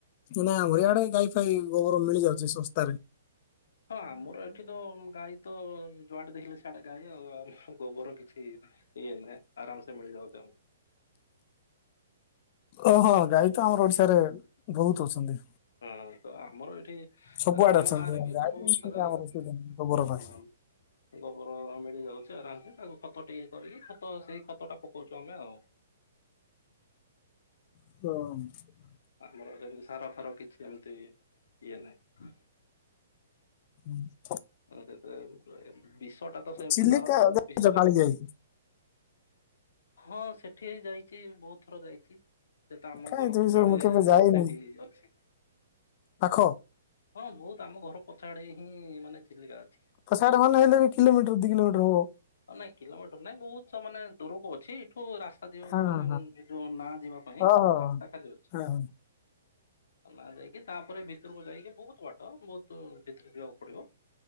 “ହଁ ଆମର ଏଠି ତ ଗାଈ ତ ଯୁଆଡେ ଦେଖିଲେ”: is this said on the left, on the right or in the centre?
Left